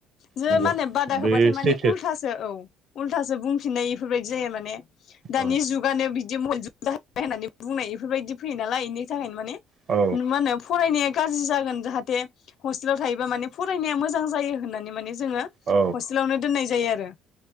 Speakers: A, on the left; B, on the right.
A: जोंङो
B: नंगौ
A: माने बादा
B: बे
A: होबाथाय माने
B: सैथो
A: उल्थासो। औ उल्थासो बुंफिननाय इफोरबायदि जाया माने दानि
B: औ
A: जुगानो बिदि मुलजुग जा नाय होननानै बुंनाय इफोरबायदि फैयो नालाय इनि थाखायनो माने
B: औ।
A: नुमानो फरायनाया गाज्रि जागोन जाहाथे हस्टेलाव थायोबा माने फरायनाया मोजां जायो होननानै माने जोङो
B: औ
A: हस्टेलावनो दोननाय जायो आरो।